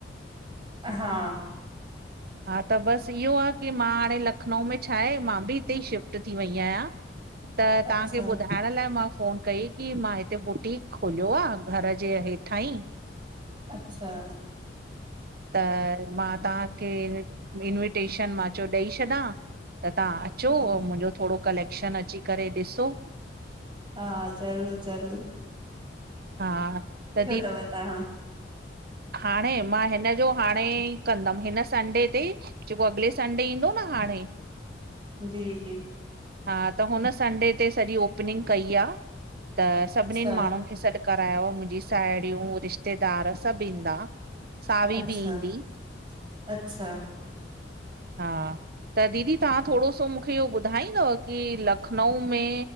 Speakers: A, on the right; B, on the right.
A: हा
B: हा त बस इहो आह की मां हाणे लखनऊ में छा आहे मां बि इते ई श़िफ्ट थी वई आयां। त्
A: अच्छा
B: तहांखे ॿुधाण लाए मां फ़ोन कई की मां हिते बुटीक खोलयो आ घर जे हेठां ई!
A: अच्छा।
B: त मां तहांखे इन इन्विटेश़न मां च्यो ॾई छॾा त तहां अचो
A: हा
B: मुहिंजो थोड़ो कलेक्श़न अची करे ॾिसो।
A: हा ज़रूर-ज़रूर!
B: हा आ तदी!
A: अथव तव्हां
B: हाणे मां हिन्ज़ो हाणे ई कंदम हिन संडे ते ज़ेको अगले संडे ईंदो न हाणे।
A: जी-जी
B: हां त हुन संडे ते सॼी ओपनिंग कई आ त सभनिन
A: अच्छा
B: माणूं खे सॾ करायो मुहिंजी साहेड़ियूं, रिश्तेदार सब ईंदा। सावी
A: अच्छा-अच्छा।
B: बि ईंदी हा, त दीदी तहां थोड़ो सो मूखे इहो ॿुधाईंदव की लखनऊ में